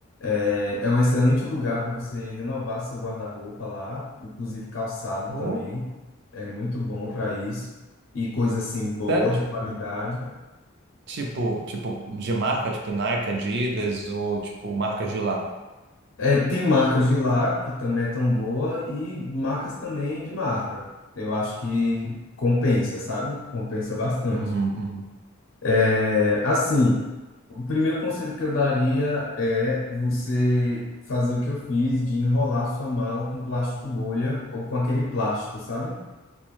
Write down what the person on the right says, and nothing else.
Oh,
sério?
Tipo, tipo, de marca, tipo Nike, Adidas ou tipo marcas de lá.
Uhum, uhum.